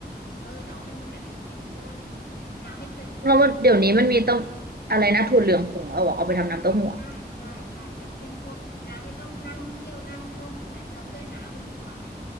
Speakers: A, on the left; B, on the right.
A: เออแต่ว่ามันเป็นแบบสูตรเข้มข้นน้ำไม่เติมเพราะเพื่อน
B: เราเดี๋ยวนี้มันมีเต้าอะไรนะถั่วเหลืองผงเอาอะเอาไปทำน้ำเต้าหู้อะ
A: ใช่ใช่ ใช่ ใช่ แบบเข้มข้นน้าไม่ต้องนั่งเคี่ยว นั่งต้มใช่ไหม แล้วเพื่อนน้าไม่กินหวาน